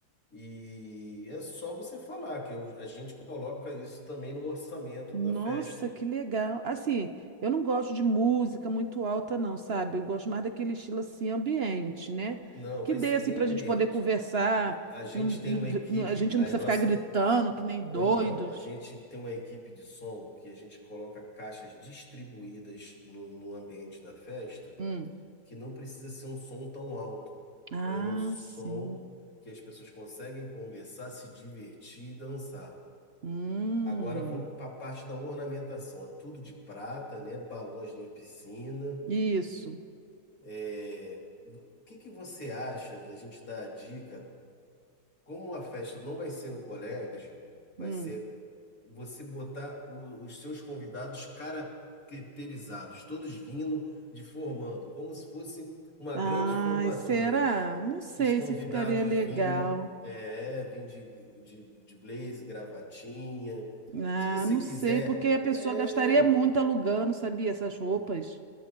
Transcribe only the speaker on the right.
Nossa,
que legal. Assim, eu não gosto de música muito alta, não, sabe? Eu gosto mais daquele estilo assim, ambiente, né?
Que
dê
assim
pra
gente poder conversar.
não- não-
não- a gente
não precisa
ficar gritando que nem doidos.
Hum.
Ah,
sim.
Hum.
Isso.
Hum.
Ai,
será? Não sei
se ficaria legal.
Ah,
não
sei, porque a pessoa
gastaria muito alugando, sabia? Essas roupas.